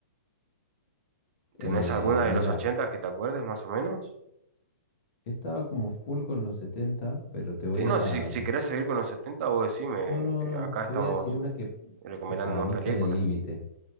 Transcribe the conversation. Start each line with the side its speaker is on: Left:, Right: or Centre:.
Right: ¿Tenés
Left: Eh,
Right: alguna
Left: mira,
Right: de los 80 que te acuerdes más o menos?
Left: estaba como full con los 70 pero te voy
Right: Sí, no,
Left: a...
Right: si, si querés seguir con los 70, vos decime,
Left: No, no,
Right: eh,
Left: no.
Right: acá
Left: Te
Right: estamos
Left: voy a decir una que,
Right: recomendando
Left: que para
Right: unas
Left: mí
Right: películas.
Left: está en el límite.